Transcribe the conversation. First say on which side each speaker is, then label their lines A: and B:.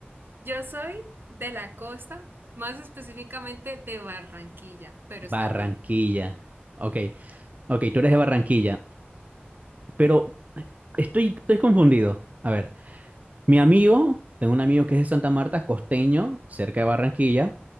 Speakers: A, on the right (about 60°); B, on the right (about 40°).
A: Yo soy de la costa, más específicamente de Barranquilla, pero
B: Barranquilla.
A: eso depende.
B: Ok, ok, tú eres de Barranquilla. Pero Estoy, estoy confundido. A ver, mi amigo, tengo un amigo que es de Santa Marta, es costeño, cerca de Barranquilla.